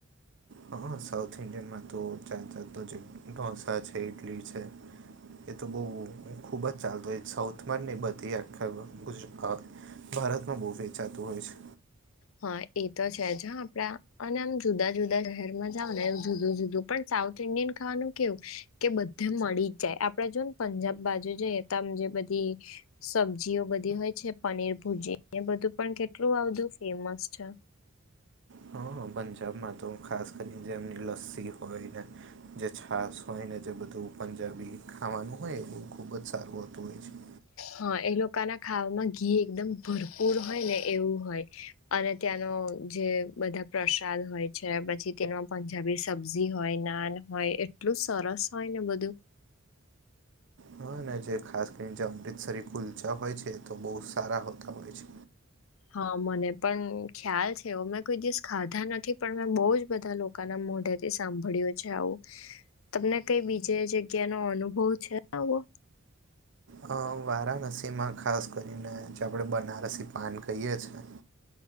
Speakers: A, on the right (about 60°); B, on the left (about 70°).
A: હા સાઉથ ઇન્ડિયનમાં તો ચાતાતો ઢોસા છે, ઈડલી છે. એતો બહુ ખૂબ જ ચાલતો હોય સાઉથમાં ને બધી આખા ગુજરાતમાં, ભારતમાં બહુ વેચાતું હોય છે.
B: હા એતો છે, જ હા આપડા અને આમ જુદા જુદા શહેરમાં જાવ ને જુદું જુદું પણ સાઉથ એમ ઇન્ડિયન ખાવાનું કેવું કે બધે મળી જ જાય આપડે જોને પંજાબ બાજુ જેમ જે બધી, સબ્જીઓ બધી હોય છે, પનીર ભુજી એ બધું પણ કેટલું આવધું ફેમસ છે.
A: હા પંજાબમાં તો ખાસ કરીને જેમની લસ્સી હોય ને જે છાસ હોયને જે બધું પંજાબી ખાવાનું હોય એ બધું ખૂબ જ સારું હોતું હોય છે
B: હા એ લોકોના ખાવામાં ઘી એકદમ ભરપૂર હોય ને એવું હોય અને ત્યાંનો જે બધા પ્રસાદ હોય છે પછી તેનો પ જાબી સબ્જી હોય નાન હોય એટલું સરસ હોયને બધું
A: હાને જે ખાસ કરીને જે અમૃતસરી કુલચા હોય છે તો બહુ સારા હોતા હોય છે.
B: હા મને પણ ખ્યાલ છે મેં કોઈ દિવસ ખાધા નથી પણ મેં બહુ જ બધા લોકો કને મોઢેથી સાંભળ્યું છે આવું તમને કઈ બીજે જગ્યા નો અનુભવ છે આવો
A: અ વારાણસીમાં ખાસ કરીને જે આપણે બનારસી પાન ખહીએ છે